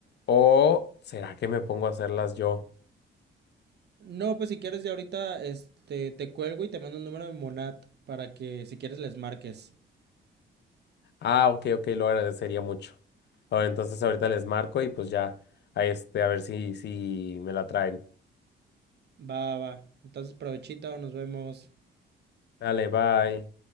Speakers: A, on the left (about 60°); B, on the right (about 55°).
A: o será que me pongo a hacerlas yo.
B: No, pues si quieres ya ahorita, este, te cuelgo y te mando el número de Monat para que si quieres les marques.
A: Ah, ok, ok, lo agradecería mucho. Ahora entonces ahorita les marco y pues ya, a este, a ver si, si me la traen.
B: va. va. Entonces, provechito, nos vemos.
A: Dale, bye.